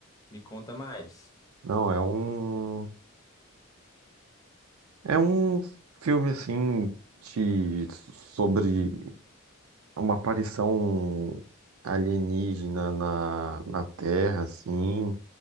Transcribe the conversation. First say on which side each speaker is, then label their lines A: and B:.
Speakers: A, on the left; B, on the right.
A: me conta mais.
B: Não, é um é um filme assim de sobre uma aparição alienígena na, na Terra, assim,